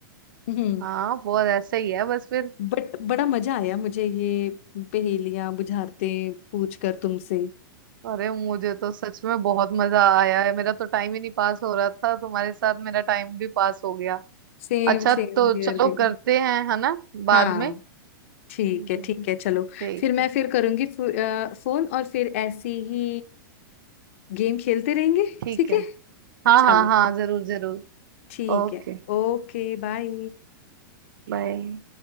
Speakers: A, on the left; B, on the right.
A: हम्म
B: हाँ वो ऐसे ही है बस फिर
A: बट बड़ा मजा आया मुझे ये पहेलियां बुझारते पूछ कर तुमसे
B: अरे मुझे तो सच में बहुत मजा आया है मेरा तो टाइम ही नहीं पास हो रहा था तुम्हारे साथ मेरा टाइम भी पास हो गया
A: सेम
B: अच्छा
A: सेम
B: तो
A: हियर
B: चलो
A: भी
B: करते हैं है ना
A: हाँ
B: बाद में
A: ठीक है
B: जी
A: ठीक है चलो
B: ठीक
A: फिर मैं
B: है
A: फिर करूंगी फो, अ, फोन और फिर ऐसी ही गेम खेलते रहेंगे
B: ठीक
A: ठीक
B: है
A: है
B: हाँ
A: चलो
B: हाँ हाँ जरूर जरूर
A: ठीक
B: Okay
A: है Okay bye
B: bye